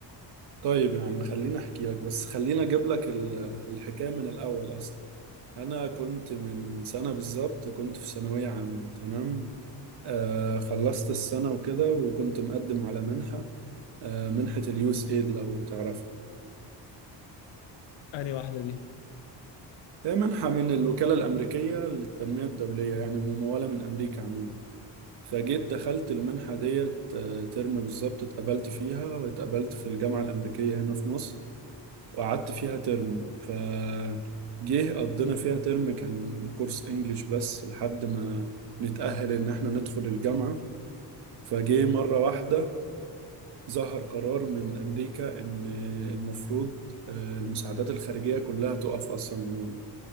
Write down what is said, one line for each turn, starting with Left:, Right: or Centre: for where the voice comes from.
Right: طيب يا عم خليني احكي لك بس خليني اجيب لك ال- الحكايه من الاول اصلا انا كنت من سنه بالظبط كنت في ثانويه عامه تمام آه خلصت السنه وكده وكنت مقدم على منحه آه منحه اليوس ايد لو تعرفها
Left: انهي واحده دي
Right: هي منحه من الوكاله الامريكيه للتنميه الدوليه يعني مموله من امريكا عموما فجيت دخلت المنحه ديت آه، ترم بالظبط اتقبلت فيها واتقبلت في الجامعه الامريكيه هنا في مصر وقعدت فيها ترم ف جه قضينا فيها ترم كان كورس انجليش بس لحد ما نتأهل ان احنا ندخل الجامعة فجه مرة واحدة ظهر قرار من امريكا ان المفروض آه، المساعدات الخارجية كلها تقف اصلا عموما